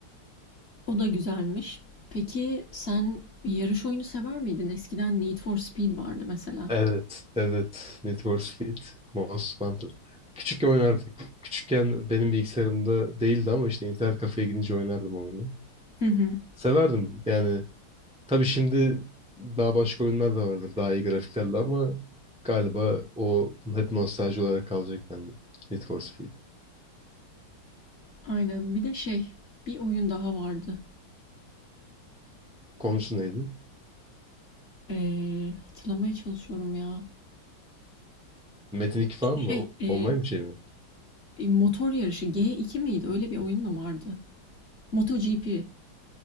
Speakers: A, on the left; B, in the centre.
A: O da güzelmiş. Peki sen yarış oyunu sever miydin? Eskiden Need for Speed vardı mesela.
B: Evet. Evet. Need for Speed. Most Wanted. Küçükken oynardık. Küçükken benim bilgisayarımda değildi ama işte internet kafeye gidince oynardım oyunu.
A: <laughs>
B: Severdim yani Tabii şimdi daha başka oyunlar da vardır. Daha iyi grafiklerle ama galiba o hep nostalji olarak kalacak bende. Need for Speed.
A: Aynen. Bir de şey, bir oyun daha vardı.
B: Konusu neydi?
A: Ee, hatırlamaya çalışıyorum ya.
B: Metin 2 falan mı?
A: Şey, e,
B: Online bir şey mi?
A: e, motor yarışı G2 miydi? Öyle bir oyun mu vardı? MotoGP.